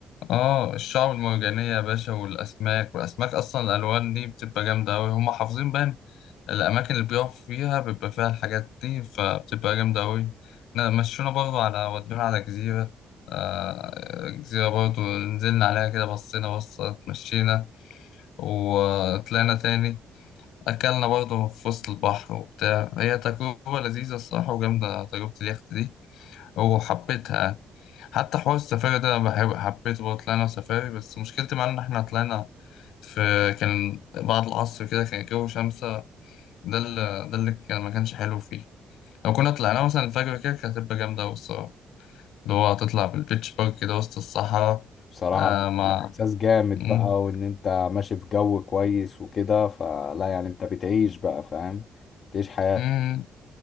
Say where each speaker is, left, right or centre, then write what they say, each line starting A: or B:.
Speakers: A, on the left; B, on the left.
A: اه الشعاب المرجانية يا باشا والأسماك والأسماك أصلا الألوان دي بتبقى جامدة أوي هما حافظين بقى الأماكن اللي بيقف فيها بيبقى فيها الحاجات دي فبتبقى جامدة أوي نا- مشونا برضو على ودونا على جزيرة آه، جزيرة برضو نزلنا عليها كده بصينا بصة اتمشينا وطلعنا تاني أكلنا برضو في وسط البحر وبتاع هي تجربة لذيذة الصراحة وجامدة تجربة اليخت دي وحبيتها يعني. حتى حوار السفاري ده أنا بحب حبيته برضه طلعنا سفاري بس مشكلتي معاه إن إحنا طلعنا في كان بعد العصر كده كان الجو شمس ده اللي ده اللي كان ما كانش حلو فيه لو كنا طلعنا مثلا الفجر كده كانت هتبقى جامدة أوي الصراحة اللي هو هتطلع بالبيتش بارك كده وسط الصحراء
B: بصراحة
A: آه
B: بيبقى
A: مع
B: احساس جامد
A: مم.
B: بقى وان انت ماشي في جو كويس وكده فلا يعني انت بتعيش بقى فاهم بتعيش حياتك
A: مم.